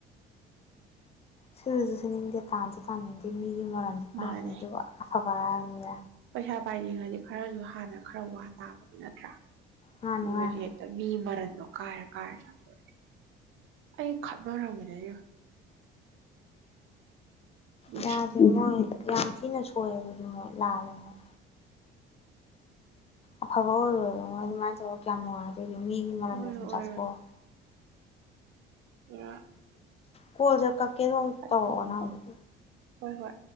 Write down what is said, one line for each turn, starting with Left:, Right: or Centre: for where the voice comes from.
Left: ꯁꯨꯖꯨꯁꯨꯅꯤꯡꯗꯦ ꯇꯥꯟꯖꯨ ꯇꯥꯟꯅꯤꯡꯗꯦ ꯃꯤ ꯃꯤ ꯃꯔꯝꯗꯤ ꯄꯥꯝꯃꯦ
Right: ꯃꯥꯥꯟꯅꯩ
Left: ꯑꯗꯨꯒ ꯑꯐꯕ <unintelligible>
Right: ꯄꯩꯁꯥ ꯄꯥꯏꯅꯤꯡꯉꯗꯤ ꯈꯔꯖꯨ ꯍꯥꯟꯅ ꯈꯔ ꯋꯥ ꯇꯥꯕꯗꯤ ꯅꯠꯇ꯭ꯔꯥ
Left: ꯃꯥꯅꯦ
Right: ꯃꯣꯏꯗꯤ
Left: ꯃꯥꯅꯦ
Right: ꯃꯤ ꯃꯥꯔꯟ ꯗꯣ ꯀꯥꯏꯔ ꯀꯥꯏꯔ ꯆꯥꯊꯣꯛ ꯑꯦ ꯑꯩ ꯈꯠꯅꯔꯝꯕꯅꯤ ꯑꯩꯒ ꯅꯨꯡꯁꯤꯗꯦ
Left: ꯌꯥꯗꯦ ꯃꯣꯏ ꯌꯥꯝ ꯊꯤꯅ ꯁꯣꯏꯌꯦ ꯑꯗꯨꯗꯤ ꯃꯣꯏ ꯂꯥꯜꯂꯦ ꯃꯣꯏ ꯑꯐꯕ ꯑꯣꯏꯔꯣꯏꯌꯦ ꯃꯣꯏ ꯑꯗꯨꯃꯥꯏꯅ ꯇꯧꯔ ꯀꯌꯥꯝ ꯅꯨꯡꯉꯥꯏ ꯃꯤꯒꯤ ꯃꯔꯟ
Right: ꯑꯣꯏꯔꯣ
Left: ꯃꯊꯨꯝ
Right: ꯑꯣꯏꯔꯣ
Left: ꯆꯥꯊꯣꯛ
Right: <unintelligible>
Left: ꯀꯣꯜꯁꯦ ꯀꯛ ꯀꯦꯔꯣꯡ
Right: ꯐꯠꯇꯕꯅꯤ
Left: ꯇꯧꯔꯛ ꯑꯣꯅꯪ ꯃꯨꯛ
Right: ꯍꯣꯏ ꯍꯣꯏ